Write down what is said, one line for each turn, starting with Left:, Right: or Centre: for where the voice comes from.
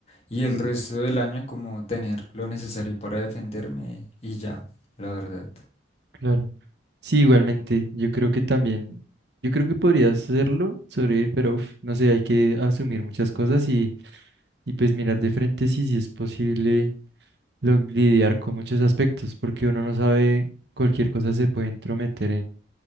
Left: Y el resto del año como tener lo necesario para defenderme y ya, la verdad.
Right: Claro. Sí, igualmente, yo creo que también, yo creo que podrías hacerlo, sobrevivir, pero uf, no sé, hay que asumir muchas cosas y, y pues mirar de frente si, si es posible lo- lidiar con muchos aspectos, porque uno no sabe, cualquier cosa se puede entrometer